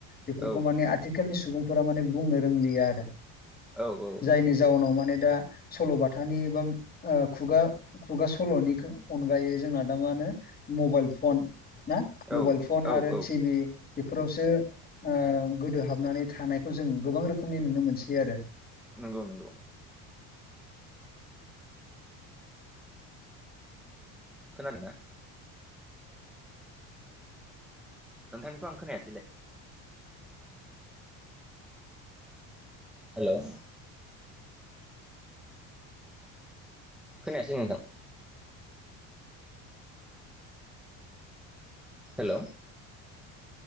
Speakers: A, on the left; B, in the centre.
A: बेफोरखौ
B: औ
A: माने आथिखालनि सुबुंफोरा माने बुंनो रोंलिया आरो
B: औ
A: जायनि जाउनाव माने दा सल'बाथानि बा खुगा खुगा सल'निखौ अनगायै जोंना दा मा होनो मबाइल फन ना
B: औ
A: मबाइल फन
B: औ
A: आरो
B: औ
A: टिभि बेफोरावसो ओ गोदो हाबनानै थानायखौ जों गोबां रोखोमनि नुनो मोनसै आरो
B: नंगौ नंगौ खोनादोंना नोंथांनिखौ आं खोनायासैलाय हेल' खोनायासै नोंथां हेल'